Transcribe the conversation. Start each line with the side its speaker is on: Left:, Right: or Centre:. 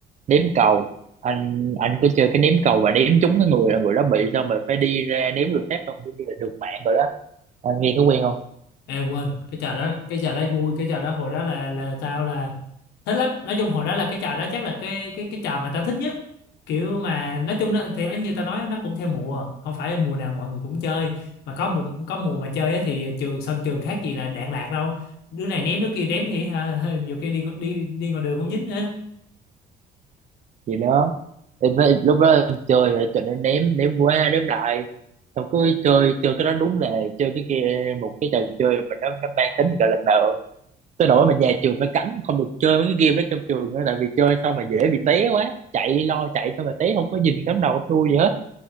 Right: ném cầu anh anh có chơi cái ném cầu mà ném trúng cái người là người đó bị xong rồi phải đi ra ném người khác không giống như là được mạng rồi đó anh nghe có quen không
Left: À quên, cái trò đó, cái trò đó vui, cái trò đó hồi đó là là tao là thích lắm. Nói chung hồi đó là cái trò đó chắc là cái cái cái trò mà tao thích nhất. Kiểu mà nói chung nó, thì như tao nói nó cũng theo mùa, không phải mùa nào mọi người cũng chơi, mà có mùa có mùa mà chơi á thì trường sân trường khác gì là đạn lạc đâu. Đứa này ném đứa kia ném thì ha, nhiều khi đi ngo- đi đi ngoài đường cũng dính nữa.
Right: gì đó em phải lúc đó em chơi thì cho nên ném ném qua ném lại xong cứ chơi chơi cái đó đúng là chơi cái game một cái trò chơi mà nó nó mang tính gọi là nợ tới nỗi mà nhà trường phải cấm không được chơi mấy cái game đó trong trường nữa tại vì chơi xong mà dễ bị té quá chạy lo chạy xong mà té không có nhìn cắm đầu cắm đuôi gì hết